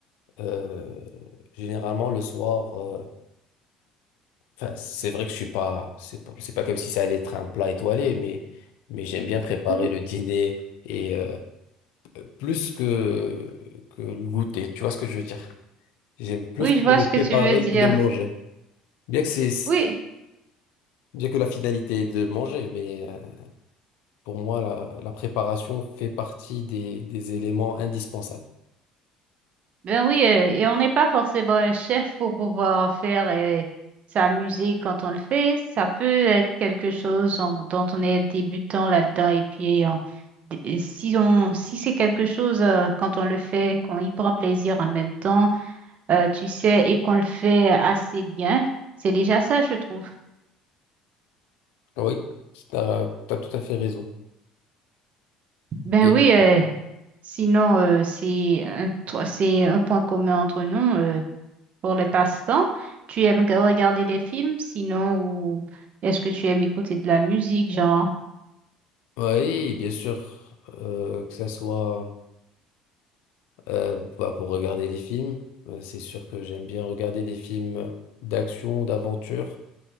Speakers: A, on the left (about 65°); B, on the right (about 50°).
A: Euh, généralement, le soir, euh, enfin, c'est vrai que je suis pas, c'est pas, c'est pas comme si ça allait être un plat étoilé, mais, mais j'aime bien préparer
B: Mhm.
A: le dîner et euh, plus que, que le goûter. Tu vois ce que je veux dire? J'aime plus
B: Oui, je vois
A: le
B: ce
A: préparer
B: que tu veux dire.
A: que de le manger. Bien que c'est,
B: Oui.
A: bien que la finalité est de le manger, mais... euh, Pour moi, la, la préparation fait partie des, des éléments indispensables.
B: Ben oui, euh, et on n'est pas forcément un chef pour pouvoir en faire euh, sa musique quand on le fait. Ça peut être quelque chose en- dont on est débutant là-dedans. Et puis, on- d- et si on, si c'est quelque chose euh, quand on le fait, qu'on y prend plaisir en même temps, euh, tu sais, et qu'on le fait assez bien, c'est déjà ça, je trouve.
A: Oui, tu as, tout à fait raison.
B: Ben
A: Et
B: oui, euh, sinon, euh, c'est un, tro- c'est un point commun entre nous. euh, pour les passe-temps? Tu aimes g- regarder des films, sinon, ou est-ce que tu aimes écouter de la musique, genre?
A: oui, bien sûr, euh, que ça soit euh, bah, pour regarder les films, euh, c'est sûr que j'aime bien regarder des films d'action, d'aventure.